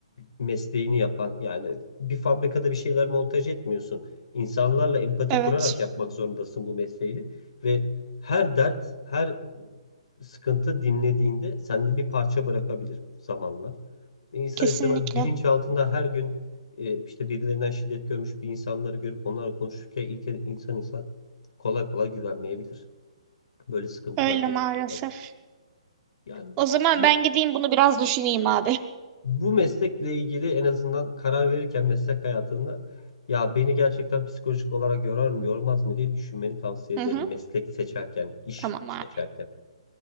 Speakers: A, on the left; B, on the right.
A: mesleğini yapan yani bir fabrikada bir şeyler montaj etmiyorsun. İnsanlarla empati
B: Evet.
A: kurarak yapmak zorundasın bu mesleği ve her dert, her sıkıntı dinlediğinde sende bir parça bırakabilir zamanla. İnsan
B: Kesinlikle.
A: istemez bilinç altında her gün e, işte birilerinden şiddet görmüş bir insanları görüp onlarla konuşurken ilk insan insan kolay kolay güvenmeyebilir. Böyle sıkıntılar
B: Öyle
A: yaşıyor
B: maalesef.
A: olabilir. Yani
B: O zaman
A: ama
B: ben gideyim bunu biraz düşüneyim abi.
A: bu meslekle ilgili en azından karar verirken meslek hayatında ya beni gerçekten psikolojik olarak yorar mı yormaz mı diye düşünmeni tavsiye
B: Hı
A: ederim.
B: hı.
A: Meslek seçerken, iş
B: Tamam
A: seçerken.
B: abi.